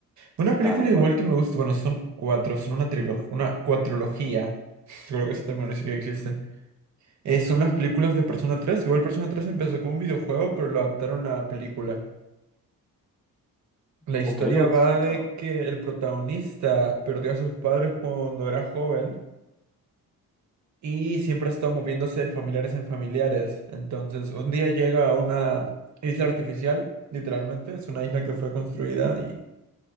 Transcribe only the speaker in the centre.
tal cual.
Ok, no la
has escuchado.